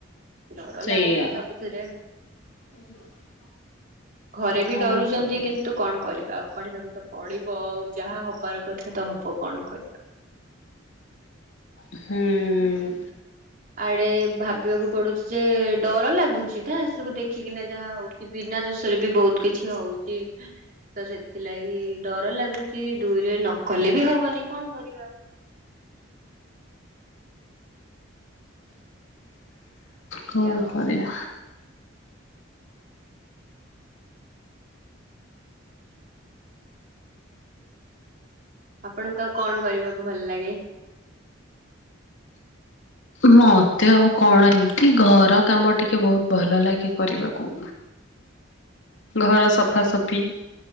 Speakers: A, on the right (about 45°); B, on the left (about 70°).
A: ଡର
B: ସେଇଆ
A: ଲାଗୁଛି ସବୁଥିରେ।
B: <unintelligible>
A: ଘରେ ବି
B: କଣ
A: ଡରୁଛନ୍ତି
B: କରିବା
A: କିନ୍ତୁ କଣ କରିବା ଆଉ ପଢ଼ିବାକୁ ତ ପଢ଼ିବ ଆଉ ଯାହା ହବାର କଥା ତ ହବ କଣ କରିବା।
B: ହୁଁ। ହୁଁ।
A: ଆଡେ ଭାବିବାକୁ ପଡୁଛି ଯେ ଡର ଲାଗୁ ଛି ନା ଏ ସବୁ ଦେଖିକିନା ଯାହା ହଉଛି କି ବିନା ଦୋଷରେ ବି ବହୁତ କିଛି ହଉଛି। ତ ସେଥିଲାଗି ଡର ଲାଗୁଛି ଦୁଇରେ ନକଲେ ବି ହବନି କଣ କରିବା। ଏମିତି
B: କଣ
A: ଆଉ
B: କରିବା?
A: ଆପଣଙ୍କୁ ଆଉ କଣ କରିବାକୁ ଭଲ ଲାଗେ?
B: ମତେ ଆଉ କଣ ଏମିତି ଘର କାମ ଟିକେ ବହୁତ ଭଲ ଲାଗେ କରିବାକୁ।
A: <inaudible>
B: ଘର ସଫାସଫି